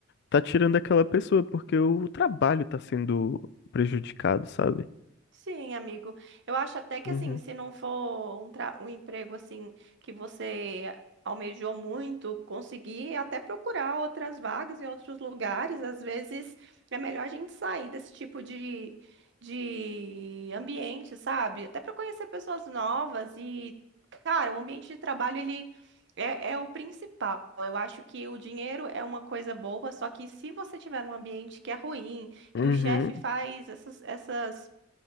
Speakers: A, on the left (about 55°); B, on the right (about 60°).
A: tá tirando aquela pessoa, porque o trabalho tá sendo prejudicado, sabe?
B: Sim, amigo. Eu acho até que
A: Uhum,
B: assim, se não for um, tra- um emprego assim que você almejou muito, conseguir até procurar outras vagas em outros lugares, às vezes é melhor a gente sair desse tipo de, de ambiente, sabe? Até para conhecer pessoas novas e, cara, o ambiente de trabalho ele é, é o principal. Eu acho que o dinheiro é uma coisa boa, só que se você tiver um ambiente que é ruim,
A: uhum,
B: que o chefe faz essas, essas